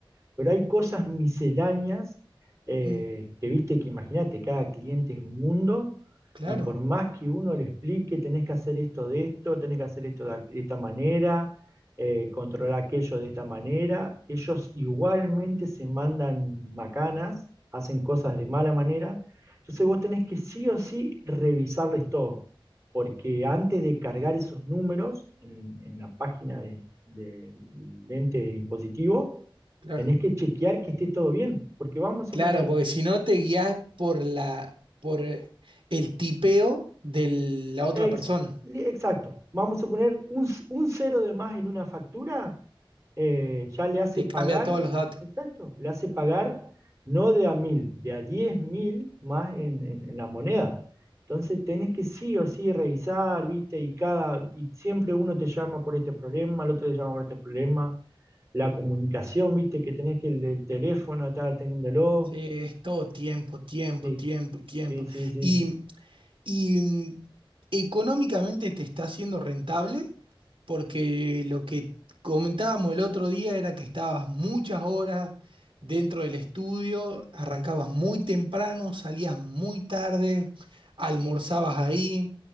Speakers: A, on the right; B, on the right.
A: pero hay cosas misceláneas eh,
B: Mm,
A: que viste que imagínate, cada cliente es un mundo
B: claro,
A: y por más que uno le explique, tenés que hacer esto de esto, tenés que hacer esto de, ac- de esta manera, eh, controlar aquello de esta manera, ellos igualmente se mandan macanas, hacen cosas de mala manera, entonces vos tenés que sí o sí revisarles todo, porque antes de cargar esos números en, en la página de- del ente impositivo,
B: claro.
A: tenés que chequear que esté todo bien, porque vamos a suponer,
B: Claro, porque si no te guías por la, por el tipeo de la otra
A: ex,
B: persona.
A: exacto, vamos a suponer un, un cero de más en una factura, eh, ya le hace
B: Te
A: pagar,
B: cambia todos los datos.
A: exacto, le hace pagar no de a mil, de a diez mil más en, en, en la moneda. Entonces tenés que sí o sí revisar, ¿viste? Y cada y siempre uno te llama por este problema, el otro te llama por este problema, la comunicación, ¿viste? Que tenés que el, el teléfono estar atendiéndolo.
B: Sí, es todo tiempo, tiempo,
A: Sí,
B: tiempo, tiempo.
A: sí, sí, sí,
B: Y
A: sí.
B: Y mm, económicamente te está siendo rentable porque lo que comentábamos el otro día era que estabas muchas horas dentro del estudio, arrancabas muy temprano, salías muy tarde, almorzabas ahí,